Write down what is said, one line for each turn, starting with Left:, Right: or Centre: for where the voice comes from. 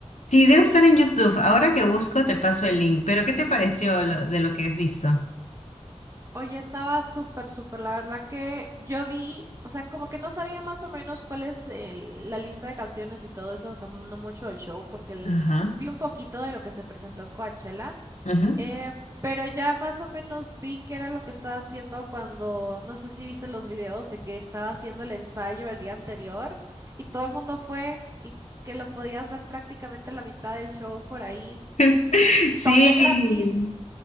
Left: Sí, debe estar en YouTube. Ahora que busco, te paso el link. Pero, ¿qué te pareció lo- de lo que has visto?
Right: Oye, estaba súper, súper, la verdad que yo vi, o sea, como que no sabía más o menos cuál es el- la lista de canciones y todo eso, o sea, no mucho del show, porque el-
Left: Ajá.
Right: vi un poquito de lo que se presentó en Coachella.
Left: ajá.
Right: Eh, pero ya más o menos vi que era lo que estaba haciendo cuando, no sé si viste los videos de que estaba haciendo el ensayo el día anterior y todo el mundo fue y que lo podías ver prácticamente la mitad del show por ahí.
Left: <laughs> Sí,
Right: Doble gratis.